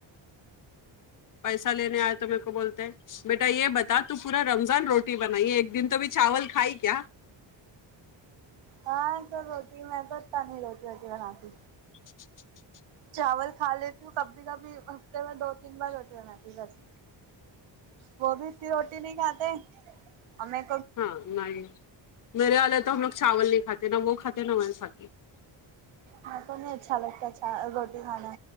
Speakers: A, on the left (about 45°); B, on the right (about 90°).
A: پیسہ لینے آئے تو میرے کو بولتے ہیں بیٹا یے بتا تو پورا رمضان روٹی بنائی ایک دن تو بھی چاول کھائی کیا
B: ہاں تو روٹی میں تو اتنا نہیں روٹی ووٹی بناتی
A: چ چ چ
B: چاول کھا لیتی ہوں کبھی کبھی ہفتے میں دو تین بار روٹی بناتی بس وہ بھی اتنی روٹی نہیں کھاتے ہمیں
A: ہاں نہیں میرے والے تو ہم لوگ چاول نہیں کھاتے نہ وہ کھاتے نہ میں کھاتی
B: میرے کو انہیں اچھا لگتا چا روٹی کھانا